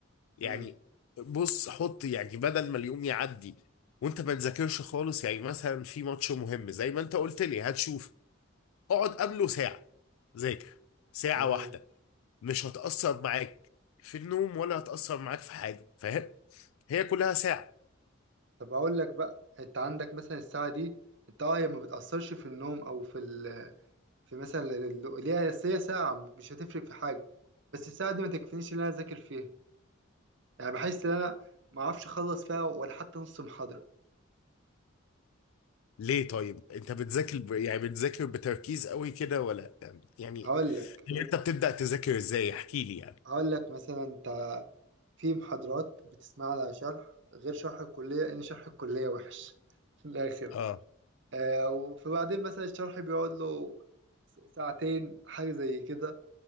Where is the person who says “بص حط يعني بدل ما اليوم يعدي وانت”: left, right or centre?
Left